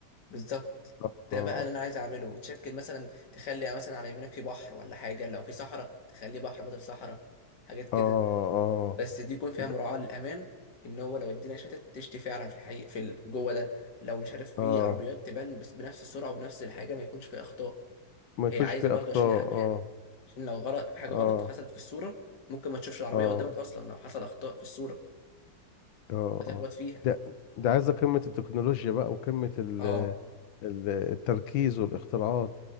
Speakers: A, on the left; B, on the left.
A: بالظبط
B: اه
A: ده بقى اللي انا عايز اعمله تشكل مثلا تخلي مثلا على يمينك في بحر ولا حاجه لو في صحراء تخليه بحر بدل صحراء حاجات كده
B: اه اه
A: بس دي يكون فيها
B: د-
A: مراعاه للامان ان هو لو الدنيا شتت تشتي فعلا في الحقيقه في ال- جوه ده لو مش عارف في
B: اه
A: عربيات تبان بس بنفس السرعه وبنفس الحاجه ما يكونش في اخطاء
B: ما يكونش
A: هي عايزه
B: فيه
A: برضو
B: اخطاء
A: عشان الامان
B: اه
A: عشان لو غلط في حاجه
B: اه
A: غلط حصلت في الصوره ممكن ما تشوفش العربيه
B: اه
A: قدامك اصلا لو حصل اخطاء في الصوره
B: اه
A: فتخبط
B: اه
A: فيها
B: ده ده عايزة قمة التكنولوجيا بقى وقمة ال...
A: اه
B: ال- التركيز والاختراعات